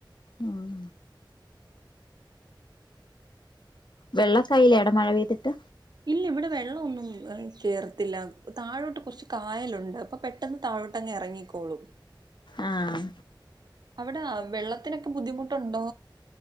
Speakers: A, on the left; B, on the right.
A: ഉം വെള്ളെക്കായിലെ അടെ മഴ പെയ്തിട്ട്
B: ഇല്ല ഇവിടെ വെള്ള ഒന്നും കേറത്തില്ല താഴോട്ട് കുറച്ച് കായലുണ്ട് അപ്പൊ പെ ട്ടെന്ന് താഴോട്ടങ് ഇറങ്ങിക്കോളും
A: ആഹ്
B: അവിടെ വെള്ളത്തിനൊക്കെ ബുദ്ധിമുട്ടുണ്ടോ